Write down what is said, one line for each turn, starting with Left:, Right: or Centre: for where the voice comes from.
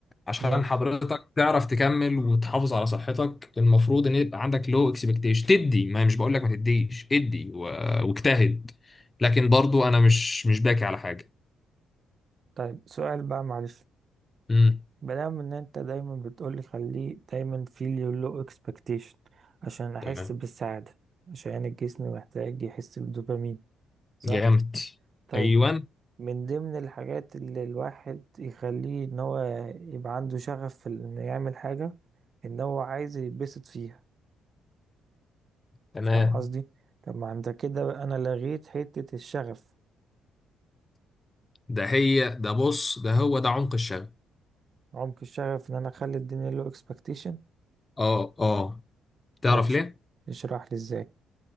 Left: عشان
Right: ماشي
Left: حضرتك تعرف تكمل وتحافظ على صحتك المفروض ان يبقى عندك لو اكسبكتيشن تدي ما مش بقول لك ما تديش ادي و... واجتهد لكن برضو انا مش مش باكي على حاجه
Right: طيب سؤال بقى معلش
Left: امم
Right: بنعمل ان انت دايما بتقولي خليه دايما feel your low expectation عشان احس
Left: تمام
Right: بالسعادة عشان الجسم محتاج يحس بالدوبامين صح
Left: جامد
Right: طيب
Left: ايوه
Right: من ضمن الحاجات اللي الواحد يخليه ان هو يبقى عنده شغف في انه يعمل حاجة ان هو عايز يتبسط فيها
Left: تمام
Right: فاهم قصدي طب ما انت كده بقى انا لغيت حتة الشغف
Left: ده هي ده بص ده هو ده عمق الشغف
Right: عمق الشغف ان انا اخلي الدنيا low expectation
Left: اه اه تعرف
Right: طب اش-
Left: ليه؟
Right: اشرح لي ازاي